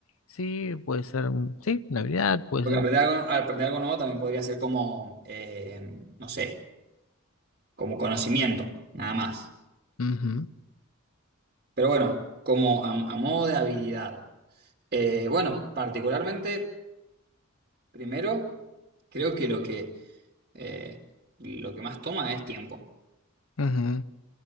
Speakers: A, on the left; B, on the right.
A: sí, puede ser, un- sí, una habilidad, puede
B: Porque
A: ser... un-
B: aprender algo, aprender algo nuevo también podría ser como, eh, no sé, como conocimiento, nada más.
A: Ujú,
B: Pero bueno, como a, a modo de habilidad. Eh, bueno, particularmente, primero, creo que lo que, eh, lo que más toma es tiempo.
A: ujú.